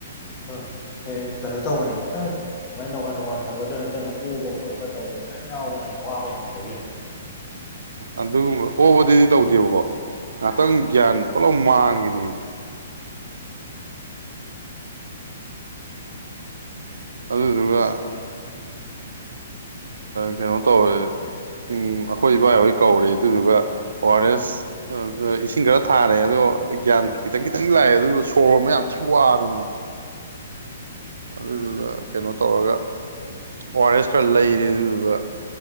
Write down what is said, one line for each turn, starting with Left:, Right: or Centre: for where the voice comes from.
Left: ꯍꯣꯏ ꯀꯩꯅꯣ ꯇꯧꯕꯅꯤ ꯑꯗꯨꯃꯥꯏꯅ ꯇꯧꯀꯥꯟꯗ ꯋꯥꯟꯊꯕꯗ ꯅꯠꯇꯅ ꯑꯣꯕ ꯈꯣꯠꯄ ꯇꯧꯕ ꯃꯌꯥꯝ ꯌꯥꯎꯕꯅꯦ ꯑꯋꯥꯕ ꯍꯦꯟꯃꯟꯕꯒꯤ
Right: ꯑꯗꯨ ꯑꯗꯨ ꯑꯣꯕꯗꯤꯗꯤ ꯇꯧꯗꯦꯕꯀꯣ ꯉꯥꯛꯇꯪ
Left: ꯎꯝ
Right: ꯒ꯭ꯌꯥꯟ ꯂꯣ ꯃꯥꯡꯕꯤꯅꯦꯝꯤ ꯑꯗꯨꯗꯨꯒ ꯀꯩꯅꯣ ꯇꯧꯔꯦ ꯎꯝ ꯑꯩꯈꯣꯏ ꯏꯕꯥꯍꯣꯏ ꯀꯧꯔꯦ ꯑꯗꯨꯗꯨꯒ ꯑꯣ ꯑꯥꯔ ꯑꯦꯁ ꯏꯁꯤꯡ ꯈꯔ ꯊꯥꯔꯦ ꯑꯗꯣ ꯒ꯭ꯌꯥꯟ ꯈꯤꯇꯪ ꯈꯤꯇꯪ ꯂꯥꯛꯑꯦ ꯑꯗꯨ ꯁꯣꯔ ꯍꯣꯟꯕ ꯌꯥꯝ ꯊꯤ ꯋꯥꯕꯅꯦ ꯑꯗꯨꯗꯨꯒ ꯀꯩꯅꯣ ꯇꯧꯔꯒ ꯑꯣ ꯑꯥꯔ ꯑꯦꯁ ꯈꯔ ꯂꯩꯔꯦ ꯑꯗꯨꯗꯨꯒ